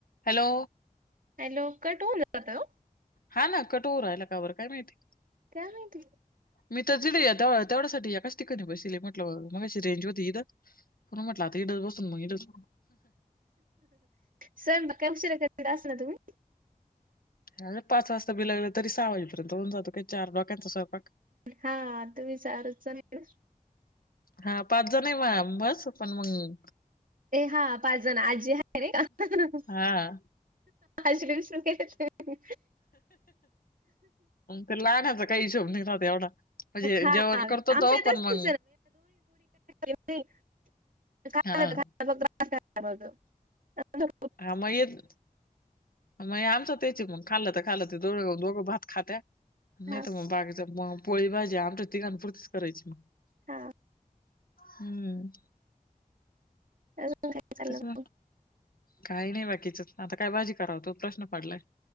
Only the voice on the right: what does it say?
हॅलो, कटहून जातोय ओ.
काय माहिती
सर <unintelligible> तुम्ही?
हा, तुम्ही चारच जण आहे ना.
ए हा पाच जण, आजी आहे नाही का?
आजीला विसरून गेले मी.
हा
आमचं
येतं
<unintelligible> <unintelligible>
हॅलो.
हा
हा.
हॅलो, काय चाललं?